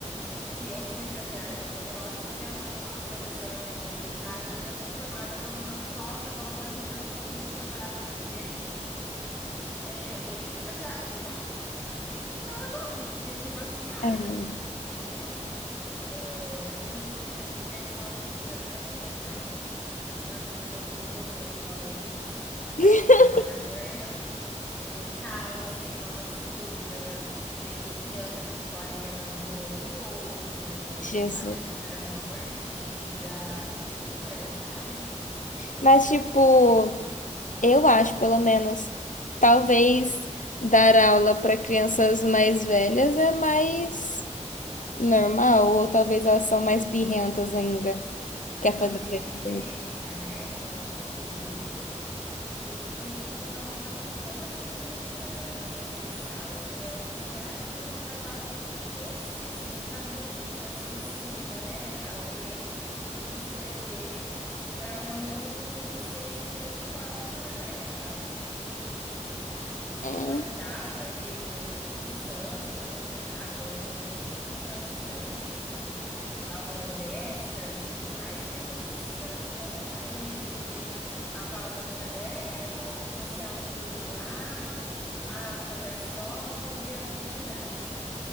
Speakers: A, on the left (about 15°); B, on the left (about 85°).
A: que eu fui uma estagiária que foi ótima, até hoje a professora me manda mensagem, eu já sou formada, ela me manda volta, pelo amor de Deus, só consigo trabalhar com você. É, e tem estagiário que não, um pão, que tipo assim, ah,
B: É.
A: ok. É, a gente brinca de que são as professoras helenas, né? Acham que vão viver do amor dos alunos e só.
B: <laughs>
A: Mas não é por aí não. Tem muito caos, tem fralda suja, tem criança que tá com a areia no no olho do outro,
B: Jesus.
A: às vezes você leva uma mordida, e por aí vai.
B: Mas, tipo, eu acho, pelo menos, talvez dar aula para crianças mais velhas é mais normal, ou talvez elas são mais birrentas ainda. Quer
A: Eu
B: fazer?
A: tive a experiência,
B: dever.
A: né, com fun de Eu tive experiência com Fundamental Um, mas a minha experiência foi na educação especial. Eu era estagiária e fui contratada especificamente para ser escriba, né, para ler e escrever para um aluno com deficiência intelectual que não era letrado.
B: Hum,
A: Eu ajudava ele em outras circunstâncias, acompanhava ele em outras circunstâncias também, tipo aulas extras e tudo mais, mas a princípio era só para ajudar ele a escrever a pauta no caderno, a se autorregular, a fazer as provas e as atividades.